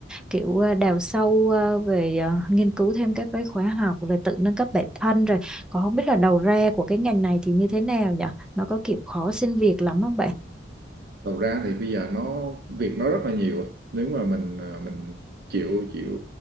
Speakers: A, in the centre; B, on the right.
A: kiểu à, đào sâu à, về à, nghiên cứu thêm các cái khóa học rồi tự nâng cấp bản thân rồi còn không biết là đầu ra của cái ngành này thì như thế nào nhỉ nó có kiểu khó xin việc lắm không bạn
B: đầu ra thì bây giờ nó việc nó rất là nhiều á. nếu mà mình à, mình chịu chịu